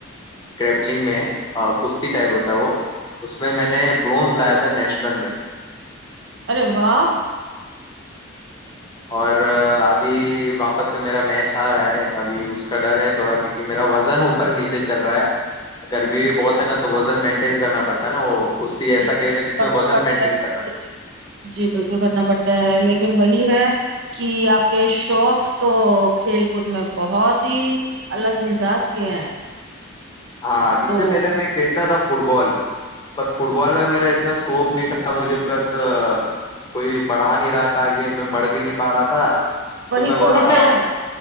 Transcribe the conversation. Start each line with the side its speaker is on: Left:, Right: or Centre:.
Left: کرپلگ میں کشتی ٹائپ ہوتا وہ اس میں میں نے برونز لایا تھا نیشل نن میں
Right: ارے واہ
Left: اور ابھی واپس سے میرا میش آ رہا ہے ابھی اس کا ڈر ہے تھوڑا کیونکہ میرا وزن اوپر نیچے چل رہا ہے گرمی بھی بہت ہے نا تو وزن مینٹین کرنا پڑتا ہے نا وہ کشتی ایسا
Right: جی
Left: گیم
Right: بالکل
Left: ہے جس
Right: کرنا
Left: میں وزن
Right: پڑتا
Left: مینٹین
Right: ہے
Left: کرنا
Right: وہی جی بالکل کرنا پڑتا <unintelligible> ہے لیکن وہی ہے کہ آپ کے شوق تو کھیل کود میں بہت ہی الگ مزاج کے ہیں
Left: ہاں اس
Right: تو
Left: سے پہلے میں کھیلتا تھا فٹ فٹ بال پر فٹ بال میں میرا اتنا اسکوپ نہیں تھا مجھے پلس کوئی بڑھا نہیں رہا تھا کہ میں بڑھ بھی نہیں پا رہا تھا
Right: وہی
Left: تو میں بولا
Right: ہوتا ہے